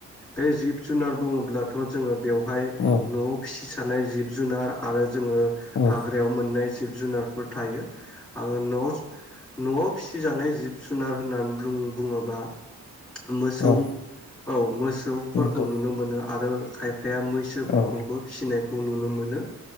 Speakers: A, in the centre; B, on the left (about 45°).
A: बे जिब जुनार बुङोब्लाथ' जोंङो बेवहाय
B: औ
A: न'आव फिसिस थानाय जिब जुनार आरो जोंङो
B: औ
A: हाग्रायाव मोननाय जिब जुनारफोर थायो आंङो न'स न'आव फिसिजानाय जिब जुनार होननानै बुं बुंङोबा मोसौ
B: औ
A: औ मोस सौ फोरखौ
B: नंगौ
A: नुनो मोनो आरो खायफ फाया मैसो फोरखौबो
B: औ
A: फिसिनाय खौ नुनो मोनो